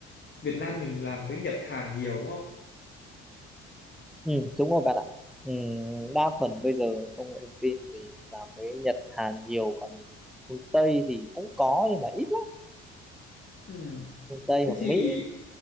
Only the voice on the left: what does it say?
Việt Nam mình làm với Nhật Hàn nhiều đúng không?
Ừ.
Thế
thì